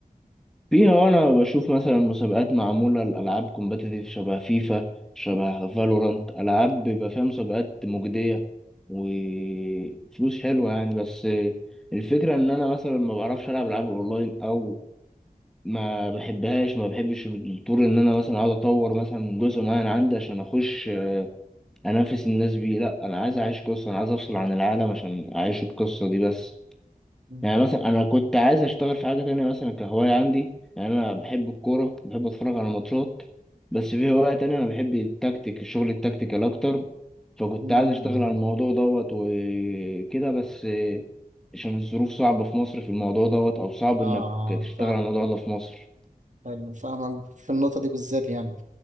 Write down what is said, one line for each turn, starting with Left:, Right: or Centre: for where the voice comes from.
Centre: فيها آه، انا بشوف مثلا مسابقات معموله لالعاب كومبتيتيف شبه فيفا شبه فالورانت العاب بيبقى فيها مسابقات مجديه وفلوس حلوه يعني بس الفكره ان انا مثلا ما بعرفش العب العاب اونلاين او ما بحبهاش ما بحبش الطور ان انا مثلا اقعد اطور مثلا من جزء معين عندي عشان اخش انافس الناس بيه لا انا عايز اعيش قصه انا عايز افصل عن العالم عشان اعيش القصه دي بس
Right: مم.
Centre: يعني مثلا انا كنت عايز اشتغل في حاجه تانية مثلا كهوايه عندي يعني انا بحب الكوره بحب اتفرج على ماتشات بس في هوايه تانية انا بحب التكتيك الشغل التكتيكال اكتر فكنت
Right: مم.
Centre: عايز اشتغل على الموضوع دوت وكده بس عشان الظروف صعبه في مصر في الموضوع دوت او صعب
Right: اه
Centre: انك
Right: آه،
Centre: تشتغل
Right: فاهم
Centre: على الموضوع ده في مصر
Right: حلو فاهمك في النقطة دي بالذات يعني